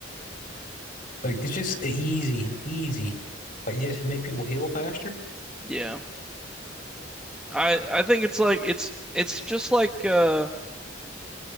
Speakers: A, on the left; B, in the centre.
A: Like it's just easy, easy. Like just make people heal faster.
B: Yeah. I I think it's like it's it's just like uh